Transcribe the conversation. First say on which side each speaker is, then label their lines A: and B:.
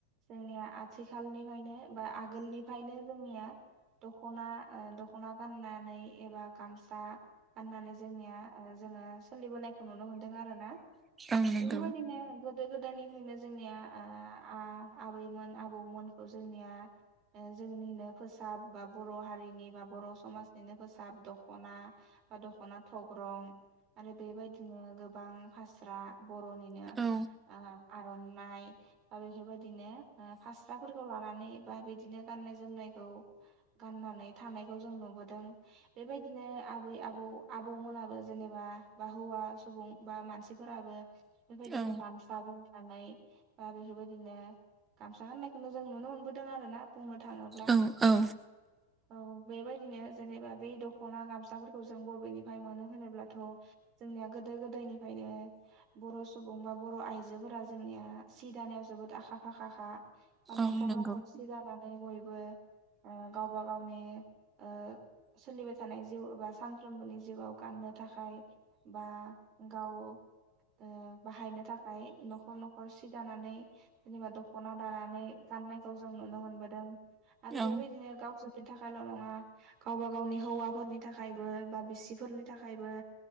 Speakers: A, on the right; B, on the right.
A: जोंनिया आथिखालनिफायनो बा आगोलनिफायनो जोंनिया दख'ना ओ दख'ना गाननानै एबा गामसा फाननानै जोंनिया ओ जोङो सोलिबोनायखौ नुनो मोनदों आरो ना
B: औ नंगौ
A: बेफोरबायदिनो गोदो गोदायनिफ्रायनो जोंनिया ओ आ-आबैमोन आबौमोनखौ जोंनिया ओ जोंनिनो फोसाब बा बर' हारिनि बा बर' समाजनिनो फोसाब दख'ना बा दख'ना थग्रं आरो बेबायदिनो गोबां फास्रा बर'निनो
B: औ
A: ओ आर'नाइ बा बेफोरबायदिनो ओ फास्राफोरखौ लानानै बा बिदिनो गाननाय जोमनायखौ गाननानै थानायखौ जों नुबोदों बेबायदिनो आबै आब बौ आबौमोनाबो जेनेबा बा हौवा सुबुं बा मानसि थिफोराबो बेबायदिनो
B: औ
A: गामसा गमसानै दा बिफोरबादिनो गामसा गान्नायखौनो जों नुनो मोनबोदों आरो ना बुंनो थाङोब्ला।
B: औ औ
A: औ बेबायदिनो जेनेबा बे दख'ना गामसाफोर खौ जों बबेनिफ्राय मोनो होनोब्लाथ' जोंनिया गोदो गोदायनिफ्रायनो बर' सुबुं बा बर' आइजोफोरा जोंनिया सि दानायाव जोबोद आखा फाखाखा। दा न'खर
B: औ नंगौ
A: न'खर सि दाना नै बयबो ओ गावबा गावनि ओ सोलिबाय थानाय जिउ एबा सानफ्रोमबोनि जिउआव गाननो थाखाय बा गाव ओ बाहायनो थाखाय न'खर न'खर सि दानानै जेनेबा दख'ना दानानै गाननायखौ जों नुनों मोनबोदों आरो
B: औ
A: बिबायदिनो गावसोरनि थाखायल' नङा गावबा गावनि हौवाफोरनि थाखा खायबो बा बिसिफोरनि थाखायबो